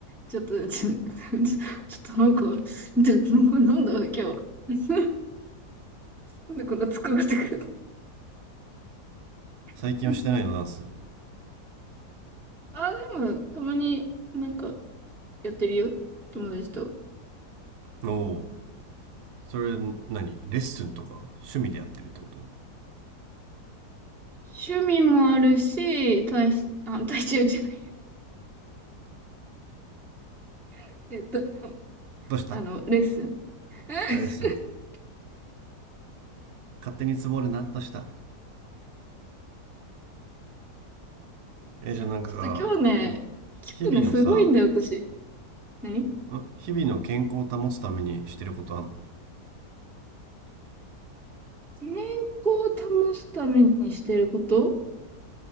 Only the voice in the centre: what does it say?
ちょっと、<laughs> ちょ、<laughs> ちょっとなんか、<laughs> なんだ、今日。<laughs> なんでこんな疲れてくる。
<laughs> あ、でも、たまになんか、やってるよ。友達と。
趣味もあるし、体し、あ、体重じゃない。<laughs> えっと、
あの、レッスン。<laughs>
ちょっと今日ね、
今日ね、すごいんだよ、私。何
健康を保つためにしてること